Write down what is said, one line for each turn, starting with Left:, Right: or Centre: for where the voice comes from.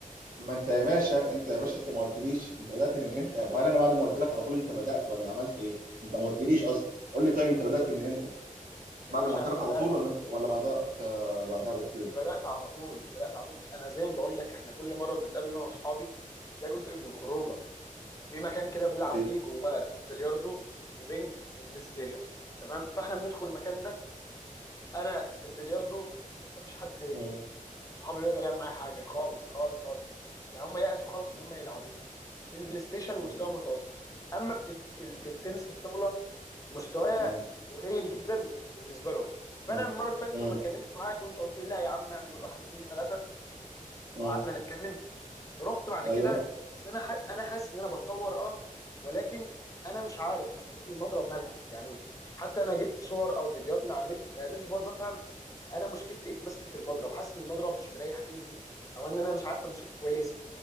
Right: ما انت يا باشا انت يا باشا انت ما قلتليش انت بدأت من امتى وهل انا بعد ما قلت لك على طول انت بدأت ولا عملت ايه انت ما قلتليش اصلا قول لي طيب انت بدأت من امتى
Left: يا
Right: بعد
Left: باشا
Right: ما قلت
Left: انا
Right: لك
Left: بدات
Right: على طول ولا انت ولا بعدها آه، بعدها بكتير
Left: انا بدات على طول بدات على طول انا زي ما بقول لك احنا كل مره بنتقابل انا واصحابي ده جزء من الخروجه في مكان كده بنلعب
Right: طيب
Left: فيه جواه بلياردو وبينج وبلاي ستيشن تمام فاحنا بندخل المكان ده انا في البلياردو مفيش حد
Right: مم.
Left: من صحابي بيقدر يعمل معايا حاجه خالص خالص خالص يعني هم يأسوا خالص ان
Right: مم.
Left: هم يلعبوني في البلاي ستيشن مستوى
Right: مم.
Left: متوسط اما في في في التنس الطاوله مستوايا
Right: مم.
Left: قليل جدا بالنسبه لهم فانا
Right: مم.
Left: المره اللي فاتت
Right: مم.
Left: لما اتكلمت معاك وانت قلت لي لا يا عم اعمل واحد اتنين تلاته
Right: مم.
Left: وقعدنا نتكلم رحت بعد
Right: ايوه
Left: كده بس انا ح... انا حاسس ان انا بتطور اه ولكن انا مش عارف مسكتي المضرب مالها يعني حتى انا جبت صور او فيديوهات من على النت ما قدرتش برضه افهم انا مشكلتي ايه في مسكه المضرب حاسس ان المضرب مش مريح ايدي او ان انا مش عارف امسكه كويس